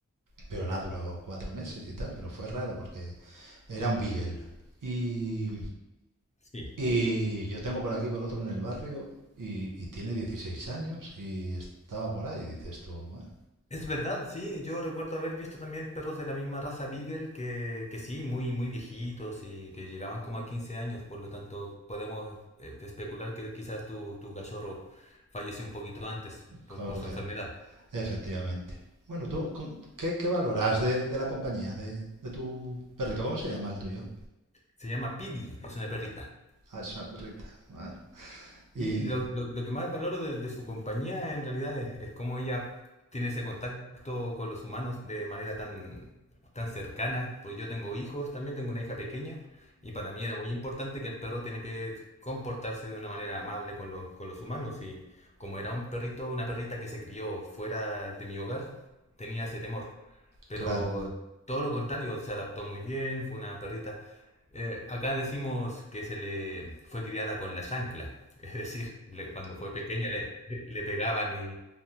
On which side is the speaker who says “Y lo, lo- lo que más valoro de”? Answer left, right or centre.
Left